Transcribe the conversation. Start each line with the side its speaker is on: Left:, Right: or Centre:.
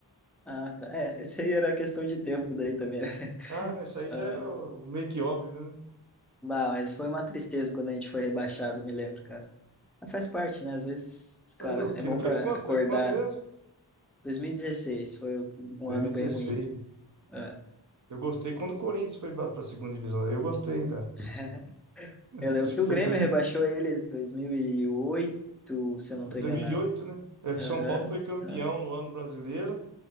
Centre: ah, tá. É, <laughs> esse aí era questão de tempo daí também, né?
Right: Ah, né? Isso aí
Centre: Ah,
Right: já era o- meio que óbvio, né?
Centre: bah, mas foi uma tristeza quando a gente foi rebaixado, me lembro, cara. Mas faz parte, né? Às vezes, os cara,
Right: Fazer o
Centre: é
Right: quê?
Centre: bom
Right: né? Foi
Centre: para
Right: quando?
Centre: acordar.
Right: Foi quando mesmo?
Centre: 2016 foi um
Right: 2016.
Centre: ano bem ruim. Ah,
Right: Eu gostei quando o Corinthians foi pra, pra segunda divisão. Aí Eu gostei, hein, cara.
Centre: <laughs>
Right: <laughs>
Centre: eu lembro
Right: Acho
Centre: que
Right: que
Centre: o
Right: foi
Centre: Grêmio rebaixou eles em 2008, se eu não
Right: Foi
Centre: estou enganado.
Right: 2008, né? É que
Centre: Aham,
Right: São Paulo foi campeão
Centre: não.
Right: no ano brasileiro